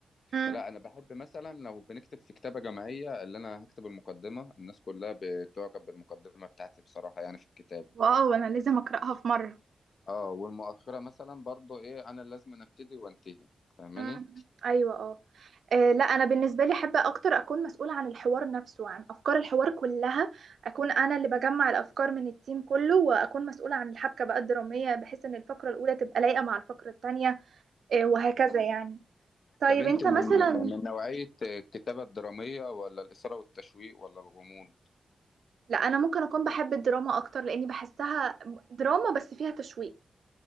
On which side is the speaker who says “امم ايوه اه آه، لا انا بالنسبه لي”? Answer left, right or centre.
Right